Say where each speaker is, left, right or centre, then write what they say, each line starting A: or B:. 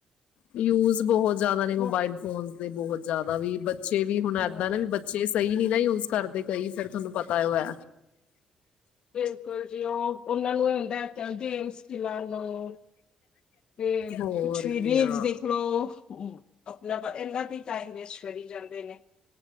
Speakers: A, on the left (about 85°); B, on the left (about 45°).
A: ਯੂਜ ਬਹੁਤ ਜ਼ਿਆਦਾ ਨੇ ਮੋਬਾਇਲ
B: ਉਹ
A: ਫੋਨ ਬਹੁਤ ਜ਼ਿਆਦਾ ਵੀ ਬੱ ਬੱਚੇ ਵੀ ਹੁਣ
B: ਹਾਂ
A: ਏਦਾਂ ਨਾ ਵੀ ਬੱਚੇ ਸਹੀ ਨੀ ਨਾ ਯੂਜ ਕਰਦੇ ਕਈ ਫੇਰ ਤੁਹਾਨੂੰ ਪਤਾ ਔ ਏ
B: ਬਿਲਕੁਲ ਜੀ ਉਹ ਉਹਨਾਂ ਨੂੰ ਏ ਹੁੰਦਾ ਹੈ, ਚਲ ਗੇਮਸ ਖਿਲਾ ਲੋ ਤੇ
A: ਹੋਰ
B: ਕੁਛ ਵੀ
A: ਕਿਆ
B: ਰੀਲਸ ਦੇਖ ਲੋ। ਅਪਣਾ ਤਾਂ ਇਹਨਾਂ ਚ ਹੀ ਟਾਈਮ ਵੇਸਟ ਕਰੀ ਜਾਂਦੇ ਨੇ।